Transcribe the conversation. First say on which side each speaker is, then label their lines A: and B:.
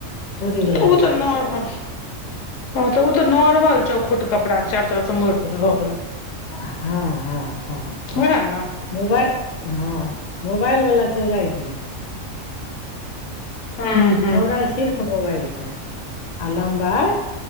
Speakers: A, on the left; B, on the left.
A: तोरे बला
B: ओ
A: गंदा
B: तऽ नॉर्मल
A: छै
B: हँ तऽ ओ तऽ नॉर्मल चौखूट कपड़ा विचारू तरफसँ मोरि द भऽ गेल
A: हँ हँ हँ
B: वएह ने
A: मोबाइल हँ मोबाइल वालला चौड़इ जी है
B: हँ
A: चौड़ाइ सिर्फ मोबाइलके आ लम्बाई